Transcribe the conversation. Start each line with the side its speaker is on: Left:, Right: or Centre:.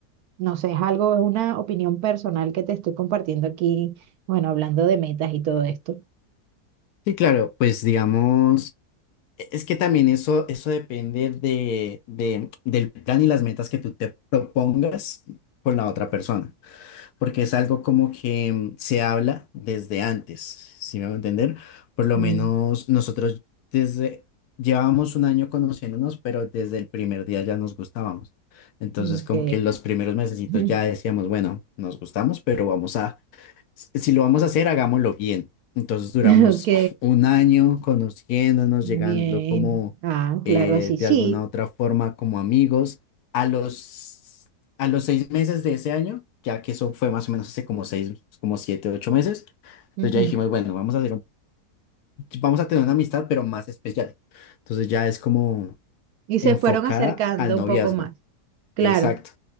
Right: No sé, es algo, es una opinión personal que te estoy compartiendo aquí, bueno, hablando de metas y todo esto.
Left: Sí, claro, pues digamos... e-, Es que también eso, eso depende de, de- del plan y las metas que tú te propongas con la otra persona, porque es algo como que mm, se habla desde antes, si me voy a entender? Por lo
Right: Mm,
Left: menos nosotros desde, llevábamos un año conociéndonos, pero desde el primer día ya nos gustábamos. Entonces,
Right: ok,
Left: como que los primeros mesecitos
Right: <laughs>
Left: ya decíamos, bueno, nos gustamos, pero vamos a si si lo vamos a hacer, hagámoslo bien. Entonces duramos
Right: ok,
Left: <laughs> un año conociéndonos,
Right: bien.
Left: llegando como
Right: Ah, claro,
Left: eh,
Right: así, sí.
Left: de alguna otra forma como amigos. A los, a los seis meses de ese año, ya que eso fue más o menos hace como seis, como siete, ocho meses, entonces
Right: Ujú.
Left: ya dijimos, bueno, vamos a hacer un- vamos a tener una amistad, pero más especial. Entonces ya es como
Right: Y se
Left: enfocada
Right: fueron acercando
Left: al noviazgo.
Right: un poco más. Claro,
Left: Exacto.